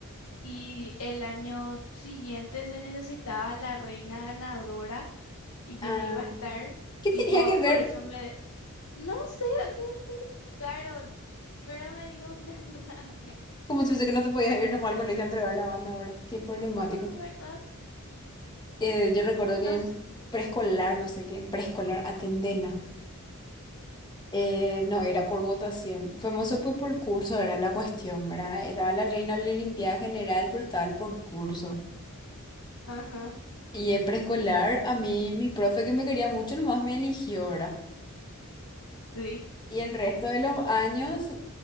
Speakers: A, on the left; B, on the left.
A: y el año siguiente se necesitaba la reina ganadora y yo
B: Ah,
A: no iba a estar,
B: ¿qué
A: tipo,
B: tenía que
A: por
B: ver?
A: eso me, no sé, me dejaron, pero me dio una <laughs> rabia.
B: Como si fuese que no te podías ir nomás al colegio a entregar la banda ahora. Qué problemático.
A: No, ¿verdad?
B: Eh, yo recuerdo que
A: No
B: en
A: sé.
B: preescolar, no sé qué, en preescolar, Atendena. eh, no, era por votación. Famoso pues por curso era la cuestión, ¿verdad? Estaba la reina de la limpieza general, pero estaba el por curso.
A: Ajá,
B: Y en preescolar, a mí, mi profe que me quería mucho, nomás me eligió, ¿verdad?
A: sí.
B: Y el resto de los años